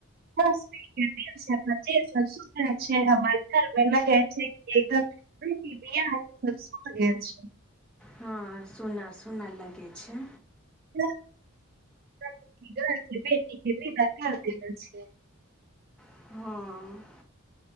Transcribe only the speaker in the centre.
हँ सुना सुना लगे छै
हँ